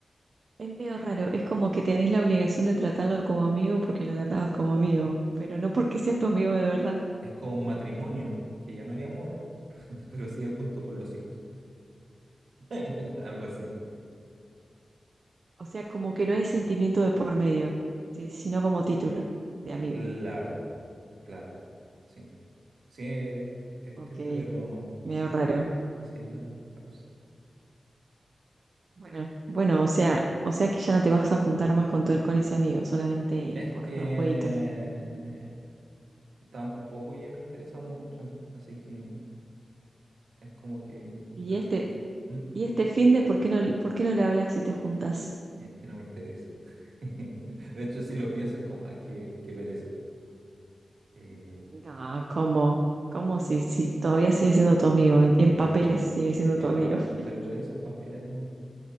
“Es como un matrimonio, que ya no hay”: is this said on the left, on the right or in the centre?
Right